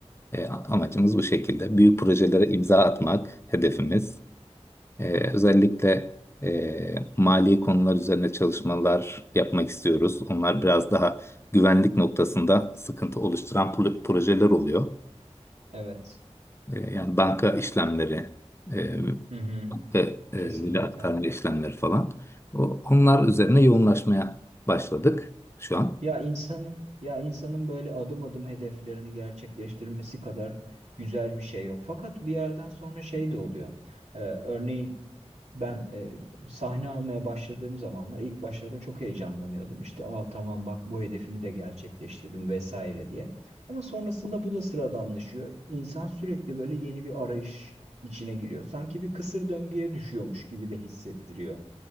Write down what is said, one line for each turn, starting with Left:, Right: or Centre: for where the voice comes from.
Left: E, amacımız bu şekilde. Büyük projelere imza atmak hedefimiz. Ee, özellikle e, mali konular üzerine çalışmalar yapmak istiyoruz. Onlar biraz daha güvenlik noktasında sıkıntı oluşturan pro- projeler oluyor.
Right: Evet.
Left: Ee, yani banka işlemleri, e,
Right: Hı hı.
Left: banka e, veri
Right: Kesinlikle.
Left: aktarma işlemleri falan. O, onlar üzerine yoğunlaşmaya başladık şu an.
Right: Ya insanın ya insanın böyle adım adım hedeflerini gerçekleştirmesi kadar güzel bir şey yok. Fakat bir yerden sonra şey de oluyor. Ee, örneğin ben e, sahne almaya başladığım zamanlar ilk başlarda çok heyecanlanıyordum. İşte aa tamam bak bu hedefimi de gerçekleştirdim vesaire diye. Ama sonrasında bu da sıradanlaşıyor. İnsan sürekli böyle yeni bir arayış içine giriyor. Sanki bir kısır döngüye düşüyormuş gibi de hissettiriyor